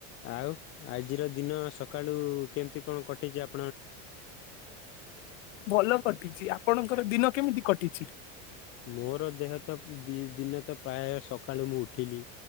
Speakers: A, on the left; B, on the left.
A: ଆଉ ଆଜିର ଦିନ ସକାଳୁ କେମିତି କଣ କଟିଚି ଆ
B: ଭଲ କଟିଚି ଆପଣଙ୍କର ଦିନ କେମିତି କଟିଚି?
A: ମୋର ଦେହ ତ ଦିନ ତ ପ୍ରାୟ ସକାଳୁ ମୁଁ ଉଠିଲି